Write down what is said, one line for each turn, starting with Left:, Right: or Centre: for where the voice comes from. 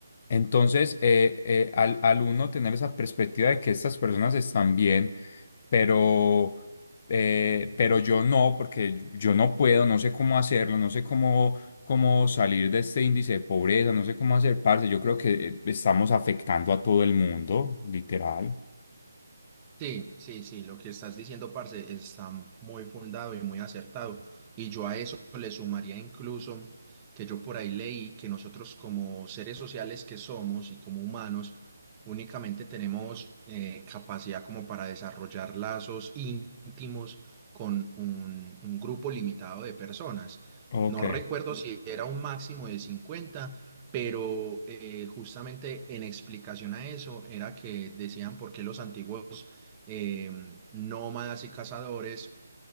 Left: entonces eh, eh, al, al uno tener esa perspectiva de que estas personas están bien, pero, eh, pero yo no, porque yo no puedo, no sé cómo hacerlo, no sé cómo, cómo salir de este índice de pobreza, no sé cómo hacer, parce. Yo creo que eh, estamos afectando a todo el mundo, literal.
Right: Sí, sí, sí, lo que estás diciendo, parce, está muy fundado y muy acertado. Y yo a eso le sumaría incluso que yo por ahí leí que nosotros como seres sociales que somos y como humanos, únicamente tenemos eh, capacidad como para desarrollar lazos íntimos con un, un grupo limitado de personas.
Left: Ok.
Right: No recuerdo si era un máximo de 50, pero eh, justamente en explicación a eso era que decían por qué los antiguos eh, nómadas y cazadores